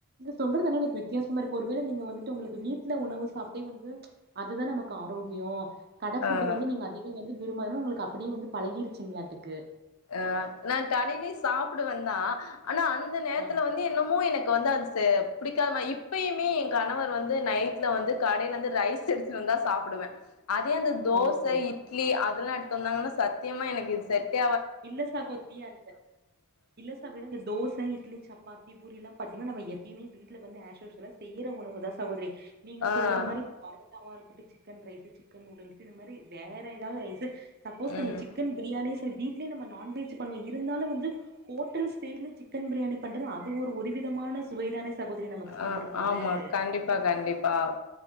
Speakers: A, on the right (about 45°); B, on the left (about 80°).
A: சொல்றதுால எனக்கு வித்தியாசமா இருக்கு ஒருவேள நீங்க வந்துட்டு உங்களுக்கு வீட்டுல உணவு சாப்பிட்டே வந்து அதுதான் நமக்கு ஆரோக்கியோ கடஃபுட்டு
B: ஆ
A: வந்து நீங்க அதிகம் வந்து விருப <unintelligible> உங்களுக்கு அப்டியே வந்து பழகிருச்சுங்களாட்டுக்கு
B: அஹ் நான் கடைலயு சாப்டுவேதா ஆனா அந்த நேரத்துல
A: ஆ
B: வந்து என்னமோ எனக்கு வந்து அது பிடிக்காதமா இப்பயுமே என் கணவர் வந்து நைட்ல வந்து கடையில இருந்து ரைஸ் எடுத்துட்டு வந்தா சாப்பிடுவே அதே அந்த தோச
A: ஓ சேரி
B: இட்லி அ எடுத்து வந்தாங்கன்னா சத்தியமா எனக்கு இது செட்ட
A: இல்ல சாகோதிரி அ இல்ல சாக அந்த தோச இட்லி சப்பாத்தி பூரி எல்லாம் பத்தீங்கன்னா நம் எப்பயுமே வீட்ல வந்துற உணவு தான் சகோதரி நீங்க
B: ஆ
A: சொல்ற மாரி பரவத்தாம இருக்கும் ட்டு சிக்கன் ரைஸு சிக்கன் நூடுல்ஸ் இந்த மாரி வேற ஏதாவது ரைஸு சப்போஸ்
B: ம்
A: நம்ம சிக்கன் பிரியாணி நம்ம நான்வெஜ் பண்ணுவோ இருந்தாலும் வந்து ஹோட்டல் ஸ்டேல சிக்கன் பிரியாணி பண்றது அது ஒருவிதமான சுவைதான சகோதரி நமக்கு சாப்பிடும்போதுஹ
B: ஆ ஆமா கண்டிப்பா கண்டிப்பா